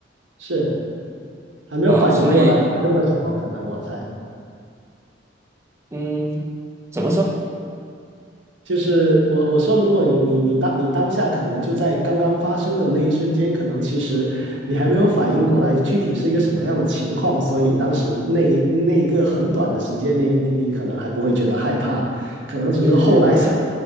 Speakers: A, on the right (about 80°); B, on the right (about 15°).
A: 是，还没有反应过来发生了什么，
B: 呃，所以
A: 可能我猜。
B: 嗯，怎么说？
A: 就是我我说，如果你你你当你当下可能就在刚刚发生的那一瞬间，可能其实你还没有反应过来具体是一个什么样的情况，所以你当时那一那一个很短的时间内，你你可能还不会觉得害怕，可能只是后来想，
B: 对对对对对